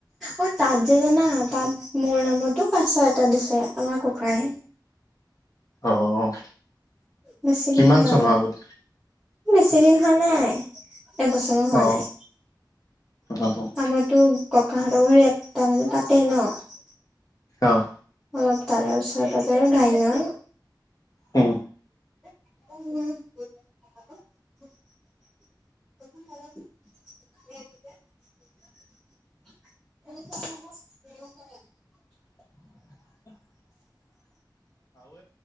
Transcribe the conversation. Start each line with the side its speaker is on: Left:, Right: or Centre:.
Centre: অ' তাত যে জানা, তাত মোৰ নামতো কাছ এটা দিছে, আমাৰ ককাই।
Left: অ'।
Centre: বেছিদিন
Left: কিমান
Centre: হোৱা
Left: চনৰ
Centre: নাই।
Left: আগত
Centre: বিছি দিন হোৱা নাই এবছৰো হোৱা
Left: অ
Centre: নাই।
Left: অ
Centre: আমাৰতো ককাহঁতৰ ঘৰ ইয়াত তাৰমানে তাতে ন '
Left: অহ
Centre: অলপ তাৰে ওচৰে - পাজৰে গাই না
Left: হম
Centre: <unintelligible> <unintelligible> <unintelligible>
Left: <inaudible>